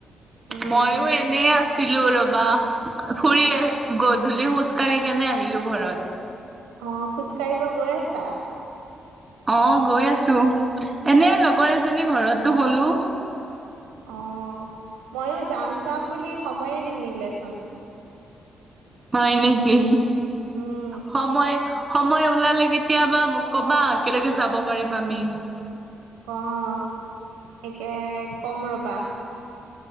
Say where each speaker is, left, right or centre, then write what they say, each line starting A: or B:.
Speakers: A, on the right (about 80°); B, on the right (about 30°).
A: উম
B: মইও এনেই আছো ছিলো ৰবা, ফুৰি আহ গধূলি খোজ কাঢ়ি কেনে আহিলো ঘৰত।
A: অ', খোজকাঢ়িব গৈ আছা?
B: অ', গৈ আছো, এনেই লগৰ এজনী ঘৰতো গলো।
A: অ', ময়ো যাম যাম বুলি সময়ে নিমিলেচোন।
B: হয় নেকি?
A: উম
B: সময় সময় ওলালে কেতিয়াবা মোক কবা একেলগে যাব পাৰিম আমি।
A: অ', একে কম ৰবা।